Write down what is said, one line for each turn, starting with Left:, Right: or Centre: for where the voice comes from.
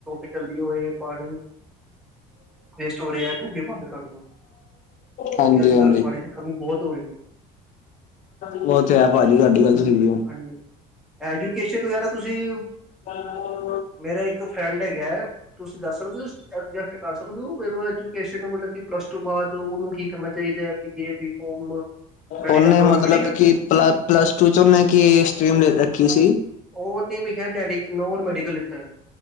Centre: ਚੱਲਦੀ ਹੋਵੇ ਪਾਣੀ ਵੇਸਟ ਹੋ ਰਿਹਾ ਹੈ ਟੂਟੀ ਬੰਦ ਕਰਦੋ। ਕਿਉਂਕ
Left: ਹਾਂਜੀ
Centre: ਅੱਜ
Left: ਹਾਂਜੀ
Centre: ਕੱਲ੍ਹ ਪਾਣੀ ਦੀ ਕਮੀ ਬਹੁਤ ਹੋ ਰਹੀ ਹੈ।
Left: ਉਹ ਤੇ ਹੈ ਭਾਜੀ ਤੁਹਾਡੀ ਗੱਲ ਤੇ ਸਹੀ ਹੈ।
Centre: ਹਾਂਜੀ ਐਜੂਕੇਸ਼ਨ ਵਗੈਰਾ ਤੁਸੀਂ।
Left: <unintelligible>
Centre: ਮੇਰਾ ਇੱਕ ਫਰੈਂਡ ਹੈਗਾ ਏ। ਤੁਸੀਂ ਦੱਸ ਸਕਦੇ ਹੋ ਐਡਜਸਟ ਕਰ ਸਕਦੇ ਹੋ, ਐਜੂਕੇਸ਼ਨ ਮਤਲਬ ਕਿ ਪਲੱਸ ਟੂ ਬਾਅਦ ਉਹਨੂੰ ਕੀ ਕਰਨਾ ਚਾਹੀਦਾ? B A B com medical
Left: ਉਹਨੇ
Centre: ਨੋਨ
Left: ਮਤਲਬ
Centre: ਮੈਡੀਕਲ।
Left: ਕਿ ਪਲ ਪਲੱਸ ਟੂ ਚ ਉਹਨੇ ਕਿ ਸਟ੍ਰੀਮ ਰੱਖੀ ਸੀ?
Centre: ਉਹਨੇ ਭਈਆ ਮੈਡੀ ਨੋਨ ਮੈਡੀਕਲ। ਹੈ